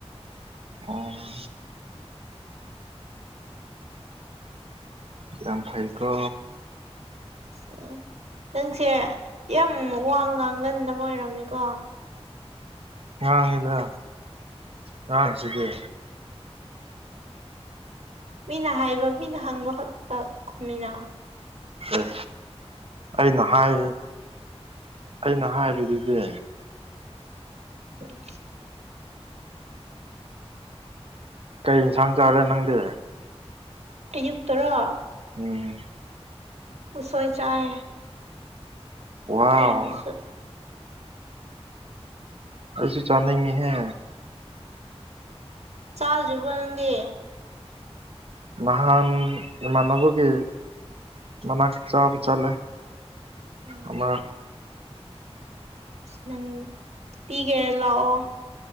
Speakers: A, on the right; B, on the right.
A: ꯑꯣ ꯭ꯔꯝ ꯐꯥꯏꯀꯣ
B: ꯎ ꯅꯪꯁꯦ ꯌꯥꯝ ꯋꯥ ꯉꯥꯡꯒꯟꯗꯕ ꯑꯣꯏꯝꯅꯤꯀꯣ
A: ꯉꯥꯡꯉꯤꯗ ꯉꯥꯡꯁꯤꯗꯤ
B: ꯃꯤꯅ ꯍꯥꯏꯕ ꯃꯤꯅ ꯍꯪꯕ ꯈꯛꯇ ꯈꯨꯝꯃꯤꯅꯥ
A: ꯑꯦ ꯑꯩꯅ ꯍꯥꯏ ꯑꯩꯅ ꯍꯥꯏꯕꯗꯨꯗꯤ
B: ꯎꯝ
A: ꯀꯩ ꯌꯦꯟꯁꯥꯡ ꯆꯥꯔꯦ ꯅꯪꯗꯤ
B: ꯑꯌꯨꯛꯇꯔꯣ
A: ꯑꯣꯝ
B: ꯎꯁꯣꯏ ꯆꯥꯏ
A: ꯋꯥ
B: ꯏꯕꯦꯝꯃ
A: ꯑꯩꯁꯨ ꯆꯥꯒꯦ ꯍ
B: ꯆꯥꯗ꯭ꯔꯤꯕꯣ ꯅꯪꯗꯤ
A: ꯅꯍꯥꯟ ꯏꯃꯥꯟꯅꯕꯒꯤ ꯃꯅꯥꯛꯇ ꯆꯥꯕ ꯆꯠꯂꯦ
B: ꯎꯝ
A: ꯑꯃꯃ
B: ꯅꯪ ꯍꯤꯒ ꯂꯥꯎꯑꯣ